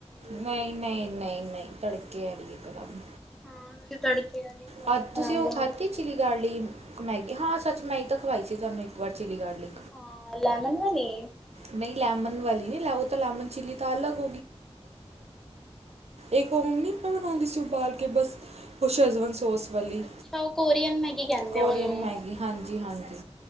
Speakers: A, on the right; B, in the centre.
A: ਨਹੀਂ ਨਹੀਂ ਨਹੀਂ ਨਹੀਂ ਤੜਕੇ ਵਾਲੀ ਇਕਦਮ।
B: ਹਾਂ ਤੜਕੇ। ਵਾਲੀ ਸਵਾਦ
A: ਹਾਂਜੀ ਤੁਸੀਂ
B: ਬਣਾਉਂਦੇ
A: ਉਹ
B: ਹੋ।
A: ਖਾਧੀ ਚਿਲੀ ਕਰ ਲਈ ਮੈਗੀ ਹਾਂ ਸੱਚ ਮੈਂਗੀ ਤਾਂ ਖਵਾਈ ਸੀ ਤੁਹਾਨੂੰ ਇੱਕ ਵਾਰ ਚਿਲੀ ਕਰ ਲਈ।
B: ਹਾਂ ਲੈਮਨ ਵਾਲੀ।
A: ਨਹੀਂ ਲੈਮਨ ਵਾਲੀ ਨਹੀਂ ਲੈ ਤਾਂ ਲੈਮਨ ਚਿੱਲੀ ਤਾਂ ਅਲਗ
B: <inaudible>
A: ਇੱਕ ਹੋਮ ਨਹੀਂ ਮੈਂ ਬਣਾਉਂਦੀ ਸੀ ਉਬਾਲ ਕੇ ਬਸ ਉਹ ਸ਼ੈਜ਼ਵਾਨ ਸੌਸ ਵਾਲੀ
B: ਅੱਛਾ ਉਹ ਕੋਰੀਅਨ ਕਹਿੰਦੇ
A: ਕੋਰੀਅਨ
B: ਆ ਉਹਨੂੰ
A: ਮੈਗੀ
B: ਹਾਂ
A: ਹਾਂਜੀ ਹਾਂਜੀ